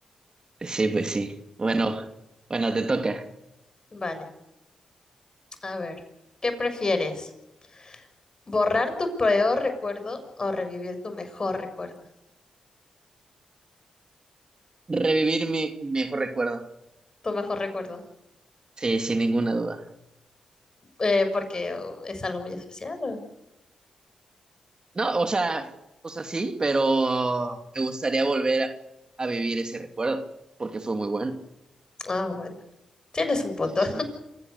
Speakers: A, on the right (about 40°); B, on the left (about 35°).
A: Sí, pues sí. Bueno, bueno, te toca.
B: Vale, a ver, ¿qué prefieres? ¿Borrar tu peor recuerdo o revivir tu mejor recuerdo?
A: Revivir mi mejor recuerdo.
B: Tu mejor recuerdo.
A: Sí, sin ninguna duda.
B: Eh, porque oh, es algo muy especial. ¿o?
A: No, o sea, o sea, sí, pero me gustaría volver a, a vivir ese recuerdo porque fue muy bueno.
B: Ah, bueno. Tienes un punto.
A: Sí, sí.